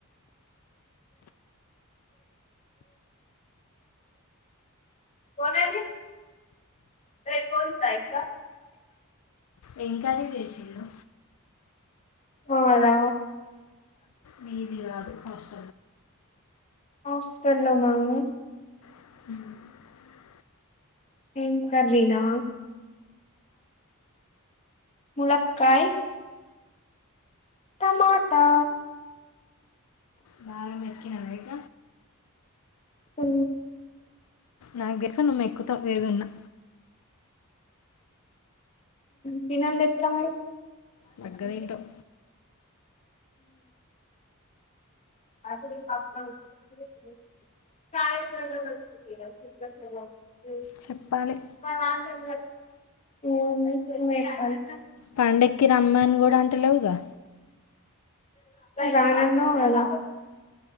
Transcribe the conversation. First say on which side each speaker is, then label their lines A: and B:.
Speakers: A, on the left; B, on the left.
A: పోడానికి రేపు పోయిందా ఇండ్ల
B: ఏం కర్రి చేశిల్లు?
A: అవునా
B: మీది కాదు కష్
A: హాస్టల్లో ఉన్నాము
B: హ <inaudible>
A: ఏం కర్రి నా ములక్కాయ్ టమాటా
B: బాగా మెక్కినావాఇక
A: ఉ
B: నాకు తెలుసు నువ్వు మెక్కుతవు ఏదయినా
A: తినందెట్లా మరి
B: బగ్గ
A: ఉ
B: తింటావు
A: అస <unintelligible> కాయస <unintelligible>
B: చెప్పాలి
A: <unintelligible>
B: పండక్కిరమ్మని కూడా అంటలేవుగా
A: రానన్నావు గదా